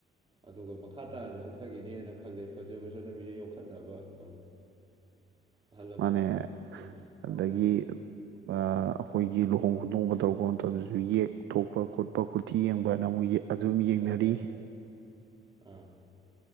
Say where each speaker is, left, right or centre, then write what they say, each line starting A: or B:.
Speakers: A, on the right; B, on the right.
A: ꯑꯗꯨꯒ ꯃꯈꯥ ꯇꯥꯔꯁꯨ ꯆꯠꯊꯈꯤꯅꯦꯅ ꯈꯜꯂꯦ ꯐꯖꯕ ꯆꯠꯅꯕꯤꯁꯦ ꯌꯣꯛꯈꯠꯅꯕ ꯑꯗꯨꯝ ꯑꯍꯜ ꯂꯃꯟ
B: ꯃꯥꯅꯦ
A: ꯁꯨꯝ ꯍꯣꯠꯅꯔꯤ
B: ꯑꯗꯒꯤ ꯑꯩꯈꯣꯏꯒꯤ ꯊꯣꯡ ꯈꯣꯡꯗꯣꯡꯕ ꯇꯧꯔꯛꯄ ꯃꯇꯝꯗꯁꯨ ꯌꯦꯛ ꯊꯣꯛꯄ ꯈꯣꯠꯄ ꯈꯨꯣꯊꯤ ꯌꯦꯡꯕ ꯍꯥꯏꯅ ꯑꯃꯨꯛ ꯑꯗꯨꯝ ꯌꯦꯡꯅꯔꯤ
A: ꯍꯣꯏ ꯍꯣꯏ ꯑꯥ